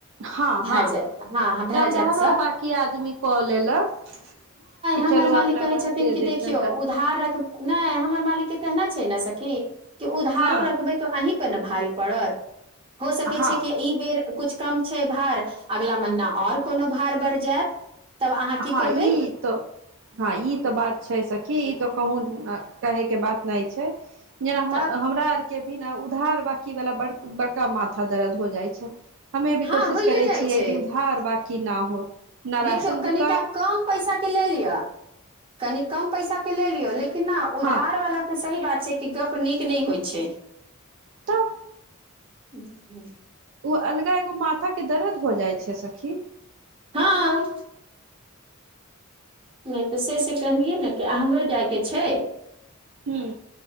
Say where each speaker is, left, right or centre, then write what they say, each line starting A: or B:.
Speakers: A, on the right; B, on the right.
A: हँ
B: भए
A: हँ
B: जायत हँ हं
A: चौधारो
B: भए जायत सब
A: बाकी आदमी कऽ लेलक कि
B: हमर
A: चलू
B: मालिक
A: अगला
B: कहै
A: बार
B: छथिन
A: दे
B: कि
A: देब
B: देखियौ
A: तनिका
B: उधार रख नहि हमर मालिक के कहना छै ने सखी कि उधारो
A: हँ
B: रखबै तऽ अहीं पर ने भारी पड़त हो सकै
A: हँ
B: छै कि एहि बेर किछु कम छै भार अगला महिना आओर कोनो भार बढ़ि जायत तब अहाँ की
A: हँ
B: करबै
A: ई तऽ हँ ई तऽ बात छै सखी त कहुं अं कहिके बात छै जेना हं
B: तब
A: हमरा आओरके बिन उधार बांकी वाला बड बड़का माथा दर्द हो जाइ छै हमे भी
B: हँ
A: कोशिश
B: होइए
A: करै
B: जाइ
A: छियै
B: छै
A: कि उधार बाकी ना हो न
B: देखियौ
A: राशन दुक
B: कनिटा कम पैसा के ले लिअ कनि कम पैसा के ले लियौ लेकिन न उधार
A: हँ
B: वला के सही बात कि गप्प नीक नहि होइ छै
A: तऽ
B: <unintelligible>
A: ओ अलगे एगो माथाके दर्द हो जाइ छै सख्खी
B: हँ नहि तऽ से से कहलियै ने कि हमरो जायके छै
A: हुं